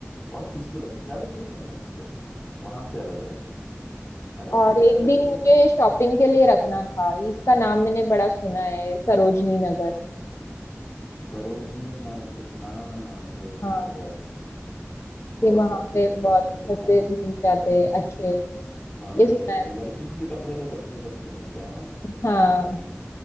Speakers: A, on the left; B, on the left.
A: बहुत पीसफुल है ज़्यादा दूर नहीं है बट वहाँ से अलग है अलग
B: और
A: अ,
B: एक
A: अलग
B: दिन
A: एरिया
B: मुझे
A: में है
B: शॉपिंग के लिए रखना था इसका नाम मैंने बड़ा सुना है सरोजनी नगर
A: सरोजनी मार्केट हाँ सरोजनी
B: हाँ
A: बाजार बहुत
B: कि वहां
A: सस्ते
B: पे
A: सस्ते
B: बहुत
A: कपड़े मिलते
B: सस्ते
A: हैं
B: मिल जाते
A: <laughs>
B: हैं, अच्छे
A: और
B: ये सुना है
A: लड़कियों के कपड़े तो सबसे सस्ते मिलते हैं वहाँ
B: मैंने हाँ